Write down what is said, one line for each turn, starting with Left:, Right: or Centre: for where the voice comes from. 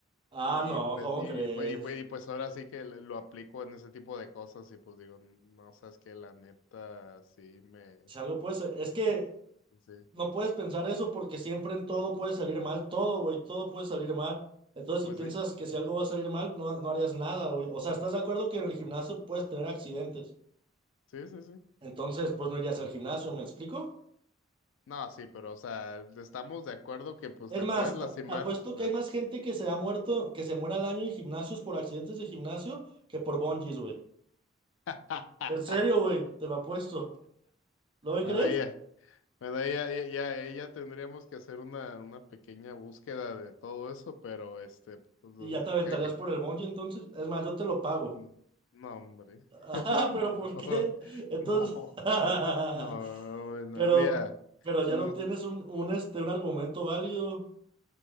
Right: Ah,
Left: y
Right: no,
Left: pues,
Right: ¿cómo
Left: y,
Right: crees?
Left: pues, y, pues, y pues ahora sí que le- lo aplico en ese tipo de cosas, y pues digo, no, sabes que la neta, sí, me,
Right: Si algo puede ser- Es que
Left: sí,
Right: no puedes pensar eso porque siempre en todo puede salir mal. Todo, güey, todo puede salir mal. Entonces,
Left: pues
Right: si piensas
Left: sí.
Right: que si algo va a salir mal, no, no harías nada, güey. O sea, ¿estás de acuerdo que en el gimnasio puedes tener accidentes?
Left: Sí, sí, sí.
Right: Entonces, pues no irías al gimnasio, ¿me explico?
Left: No, sí, pero o sea, estamos de acuerdo que pues
Right: Es
Left: te
Right: más,
Left: puedes lastimar.
Right: ta- apuesto que
Left: Ah.
Right: hay más gente que se ha muerto, que se muera al año en gimnasios por accidentes de gimnasio que por bungees, güey.
Left: <laughs>
Right: En serio, güey, te lo apuesto. ¿Lo
Left: Bueno,
Right: crees?
Left: ya, bueno, ella, ya, ya, ya- ya tendríamos que hacer una, una pequeña búsqueda de todo eso, pero este, pues, los-
Right: Y ya te aventarías
Left: ¿qué, qué?
Right: por el bungee, entonces. Es más, yo te lo pago.
Left: No,
Right: <laughs>
Left: no, hombre.
Right: Ah,
Left: <laughs>
Right: pero ¿por qué? Entonces.
Left: No,
Right: <laughs>
Left: no, no, bueno,
Right: Pero,
Left: mira,
Right: pero ya
Left: no,
Right: no tienes un, un, este, un argumento válido.